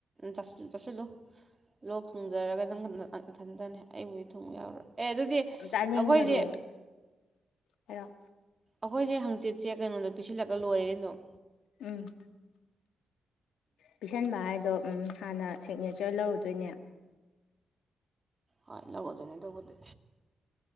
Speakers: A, on the right; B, on the left.
A: ꯆꯁꯤꯜ ꯆꯥꯁꯤꯜꯂꯨ ꯂꯣꯛ ꯊꯨꯡꯖꯔꯒ ꯅꯪ ꯃꯊꯟꯇꯅ ꯑꯩꯕꯨꯗꯤ ꯊꯨꯡ ꯌꯥꯎꯔꯣꯏ ꯑꯦ ꯑꯗꯨꯗꯤ
B: ꯌꯥꯝ ꯆꯥꯅꯤꯡꯕꯗꯣ
A: ꯑꯩꯈꯣꯏꯁꯦ
B: ꯍꯥꯏꯔꯣ
A: ꯑꯩꯈꯣꯏꯁꯦ ꯍꯪꯆꯤꯠꯁꯦ ꯀꯩꯅꯣꯗꯣ ꯄꯤꯁꯤꯜꯂꯛꯒ ꯂꯣꯏꯔꯦꯅꯦ ꯑꯗꯨꯝ
B: ꯎꯝ ꯄꯤꯁꯟꯕ ꯍꯥꯏꯗꯣ ꯎꯝ ꯍꯥꯟꯅ ꯁꯤꯛꯅꯦꯆ꯭ꯔ ꯂꯧꯔꯨꯗꯣꯏꯅꯦ
A: ꯍꯣꯏ ꯂꯧꯔꯗꯣꯏꯅꯦ ꯑꯗꯨꯕꯨꯗꯤ